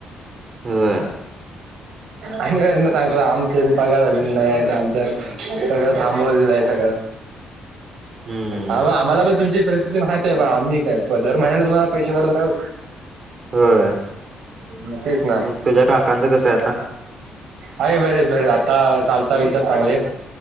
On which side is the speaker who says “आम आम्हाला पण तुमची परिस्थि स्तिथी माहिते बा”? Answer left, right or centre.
Right